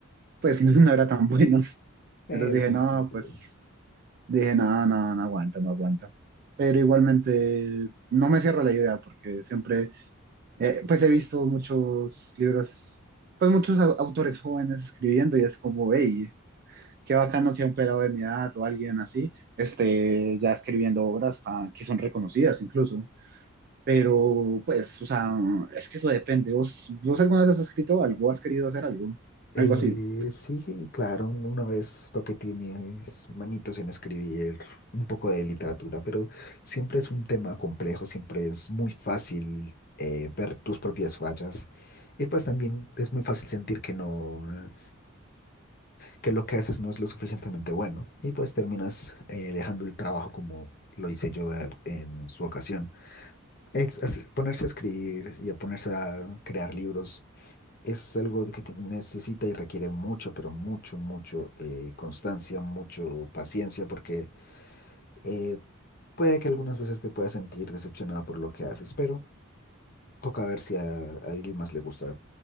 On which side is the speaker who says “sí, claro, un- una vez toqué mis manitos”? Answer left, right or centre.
Left